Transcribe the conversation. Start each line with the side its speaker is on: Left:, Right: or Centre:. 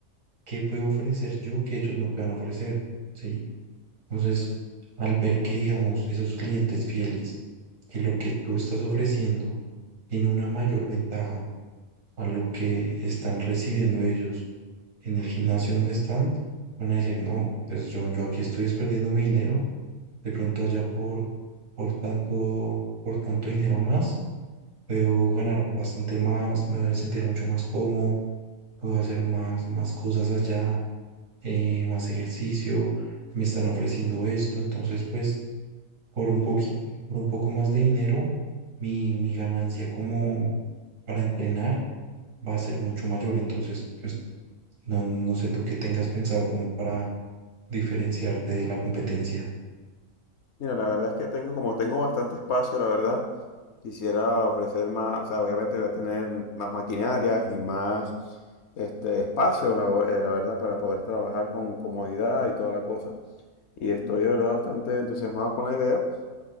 Right: ¿qué puedo ofrecer yo que ellos no puedan ofrecer? ¿Sí? Entonces, al ver que, digamos, esos clientes fieles, que lo que tú estás ofreciendo tiene una mayor ventaja a lo que están recibiendo ellos en el gimnasio donde están, van a decir, no, pues yo, yo aquí estoy perdiendo mi dinero, de pronto allá por, por tanto, por tanto dinero más Puedo ganar bastante más, me voy a sentir mucho más cómodo, puedo hacer más, más cosas allá, eh, más ejercicio, me están ofreciendo esto, entonces pues por un poquito, por un poco más de dinero, mi, mi ganancia como para entrenar va a ser mucho mayor, entonces pues no, no sé tú qué tengas pensado como para diferenciarte de la competencia.
Left: Mira, la verdad es que tengo, como tengo bastante espacio, la verdad, quisiera ofrecer más, o sea, obviamente voy a tener más maquinarias y más este espacio, la, eh, la verdad, para poder trabajar con comodidad y toda la cosa. Y estoy de verdad bastante entusiasmado con la idea